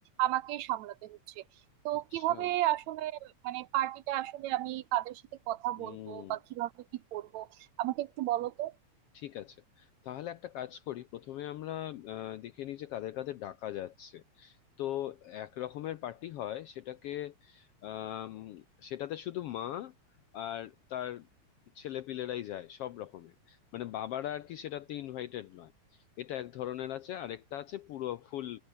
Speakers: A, on the right (about 75°); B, on the left (about 75°).
A: আমাকেই সামলাতে হচ্ছে তো
B: আচ্ছা
A: কিভাবে আসলে মানে পার্টিটা আসলে আমি কাদের সাথে কথা
B: হুম
A: বলবো বা কিভাবে কি করব আমাকে একটু বলো তো
B: ঠিক আছে তাহলে একটা কাজ করি প্রথমে আমরা আহ, দেখে নিই যে কাদের কাদের ডাকা যাচ্ছে তো এক রকমের পার্টি হয় সেটাকে আম, সেটাতে শুধু মা আর তার ছেলে পিলেরাই যায় সব রকমের মানে বাবারা আর কি সেটাতে ইনভাইটেড নয় এটা এক ধরনের আছে আর একটা আছে পুরো ফুল